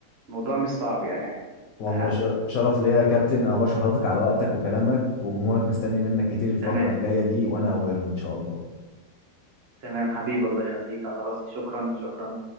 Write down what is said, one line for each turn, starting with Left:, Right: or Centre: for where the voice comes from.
Right: الموضوع مش صعب يعني عادي
Left: والله
Right: ف-
Left: ش- شرف ليا يا كابتن انا بشكر حضرتك على وقتك وكلامك وجمهورك مستني منك كتير الفترة
Right: تمام
Left: الجاية دي وانا اولهم ان شاء الله
Right: تمام حبيبي الله يخليك على راسي شكرا شكرا